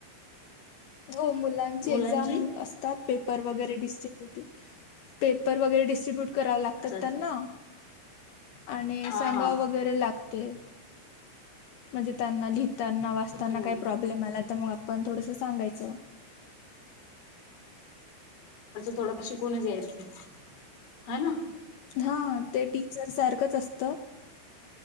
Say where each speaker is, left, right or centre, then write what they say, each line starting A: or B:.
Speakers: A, on the left (about 80°); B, on the left (about 50°).
A: हो मुलांची
B: मुलांची
A: एक्झाम असतात, पेपर वगैरे दिस <unintelligible> पेपर वगैरे डिस्ट्रीब्युट कराव लागतात
B: अच्छा अच्छा
A: त्यांना. आणि
B: हा
A: सांगाव
B: हा
A: वगैरे लागतंय, म्हणजे त्यांना लिहित ताना, वाचताना
B: हम्म
A: काय प्रॉब्लेम आला तर मग आपण थोडस सांगायचं.
B: थोडंफ शिकूनच यायचं, हा ना.
A: हा, ते टीचर सारखंच असतं.